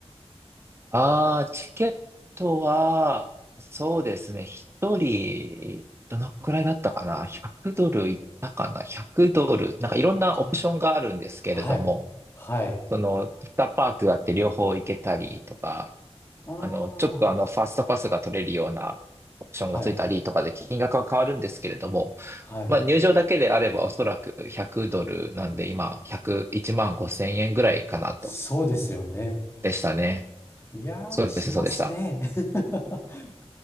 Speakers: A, on the right (about 25°); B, on the left (about 25°).
A: ああ、チケットは、そうですね。一人、どのくらいだったかな ?100 ドルいったかな ?100 ドル。なんかいろんなオプションがあるんですけれども、
B: ドル。はい。はい。
A: その、2パークがあって両方行けたりとか、
B: ああ、
A: あの、ちょっとあの、ファストパスが取れるようなオプションがついたりとかで金額は変わるんですけれども、
B: はい。はい。
A: まあ、入場だけであればおそらく100ドルなんで今、101万5千円ぐらいかなと。
B: そうですよね。
A: でしたね。
B: いやー、
A: そうでした、
B: しますね。
A: そうでした。
B: <laughs>